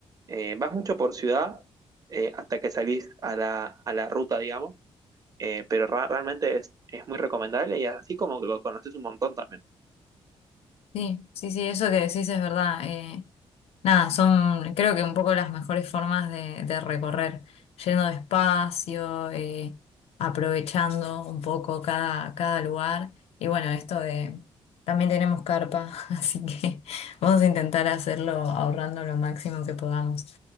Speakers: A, on the right (about 35°); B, on the left (about 75°).
A: Eh, vas mucho por ciudad eh, hasta que salís a la, a la ruta, digamos, eh, pero ra- realmente es, es muy recomendable y así como que lo conoces un montón también.
B: Sí, sí, sí, eso que decís es verdad. eh, Nada, son creo que un poco las mejores formas de, de recorrer, yendo despacio, eh, aprovechando un poco cada, cada lugar. Y bueno, esto de, también tenemos carpa, <laughs> así que vamos a intentar hacerlo ahorrando lo máximo que podamos.